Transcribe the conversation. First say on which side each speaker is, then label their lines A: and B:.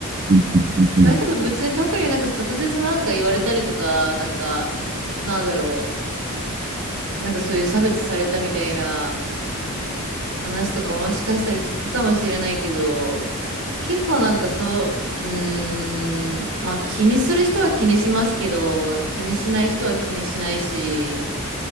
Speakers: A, on the right (about 30°); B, on the right (about 75°).
A: うん。うん。
B: だけど別に特になんか直接なんか言われたりとか、なんか、なんだろう、なんかそういう差別されたみたいな話とかもしかしたら聞くかもしれないけど、結構なんかそう、うーん、まあ気にする人は気にしますけど、気にしない人は気にしないし、